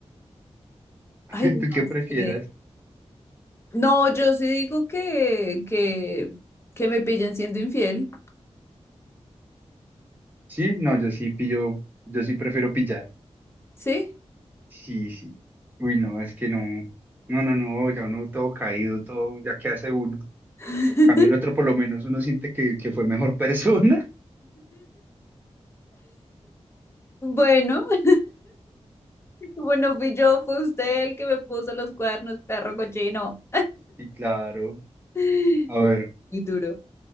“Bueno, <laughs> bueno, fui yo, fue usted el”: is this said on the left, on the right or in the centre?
Left